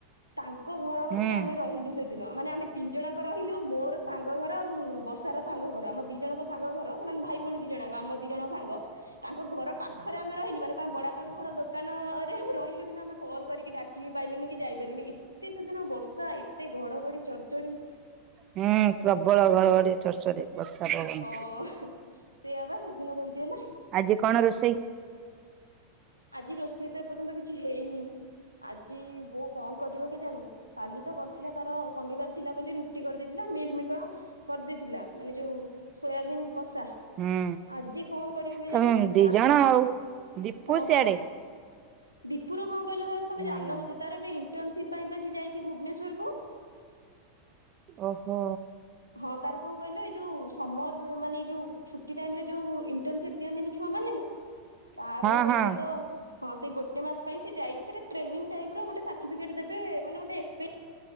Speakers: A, on the right; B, on the right.
A: ତାଙ୍କ ଘର
B: ହୁଁ
A: କତିରେ ଆମେ ରହିଲୁ ସେଦିନ ମାନେ ଆମେ ତିନି ଜଣଙ୍କ ରହିଲୁ ମୋର ସାଙ୍ଗ ଘର ଆଉ ବର୍ଷାର ସାଙ୍ଗ ଘର ଆମ ଦି ଜଣଙ୍କ ସାଙ୍ଗ ଘର ସେମାନେ ଭାଇ ଭୋଉଣୀ ଦି ଜଣ ଆଙ୍କ ଆମ ଦି ଜଣ ସାଙ୍ଗ। ତାଙ୍କ ଘର ପାଖରେ ଆମେ ରହିଲୁ ମାନେ ତାଙ୍କ ବଡ଼ାପାଙ୍କ ଘର ଦୋକାନରେ ଆମେ ରହିଲୁ କିନ୍ତୁ ଆମେ କଲ୍ କରିକି ଡାକି ବି ପାଇଲୁନି କି ଯାଇପାଇଲୁନି ଏତେ ସେଦିନ ବର୍ଷା ଏ ତେ ଘଡ଼ଘଡ଼ି ଚଡ଼ଚଡ଼ି।
B: ହୁଁ ପ୍ରବଳ ଘରଘଡି଼ ଚଡ଼ଚଡ଼ି ବର୍ଷା ପବନ।
A: ହଁ ସେଇଆ ପା ସେଦିନ ସେମିତି ହେଲା।
B: ଆଜି କଣ ରୋଷେଇ?
A: ଆଜି ରୋଷେଇ ତ ଏପର୍ଯ୍ୟନ୍ତ କିଛି ହେଇନି। ଆଜି ବୋଉ କଁ କରିବ କେଜାଣି କାଲି ତ କରିଥିଲା ତାର ଶନିବାର ଥିଲା ବୋଲି ରୁଟି କରିଦେଇଥିଲା ମିଲମିକର କରିଦେଇଥିଲା ମାନେ ଯୋଉ ସୋୟାବିନ୍ କଷା।
B: ହୁଁ
A: ଆଜି କଁ କରିବ କେଜାଣି
B: ତମେ ଦି
A: ଯା
B: ଜଣ ଆଉ ଦୀପୁ
A: ହଁ
B: ସିଆଡେ।
A: ବା ଦୀପୁର କଣ କହିଲେ ଭାଉଜ ତମେ
B: ହୁଁ
A: ଜାଣିନ ବୋଧେ ତାର ବି ଇଣ୍ଟନସିପି ପାଇଁ ଯାଇଛି ଭୁବନେଶ୍ୱର କୁ।
B: ଓହୋ
A: ହଁ ତାର କଣ କହିଲ ଏଇ ଯୋଉ ସମର ମାନେ ଏଇ ଯୋଉ ଛୁଟି ଟାଇମରେ ଯୋଉ ଇଣ୍ଟନସିପି ଦିଅନ୍ତିନି ଛୁଆ ମାନ ତାର
B: ହଁ
A: ସେଇଟା
B: ହଁ
A: ତ। ହଁ ସେ ଗୋଟେ ମାସ ପାଇଁ ସେ ଯାଇଛି ସେଟା ଟ୍ରେନିଙ୍ଗ ଟାଇପ ର ଗୋଟେ ସାର୍ଟିଫିକେଟ ଦେବେ ମାନେ ଗୋଟେ ଏକ୍ସ